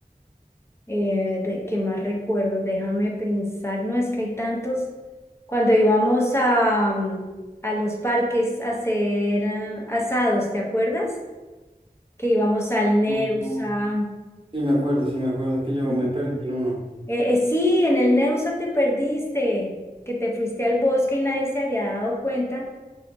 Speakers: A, on the left; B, on the right.
A: eh, de- ¿qué más recuerdo? Déjame pensar, no, es que hay tantos. Cuando íbamos a, mm, a los parques a hacer eh, asados, ¿te acuerdas? Que íbamos al Neusa.
B: Ujú. Sí, me acuerdo, sí, me acuerdo que yo
A: Ujú.
B: me perdí en uno.
A: Eh, eh, sí, en el Neusa te perdiste, que te fuiste al bosque y nadie se había dado cuenta.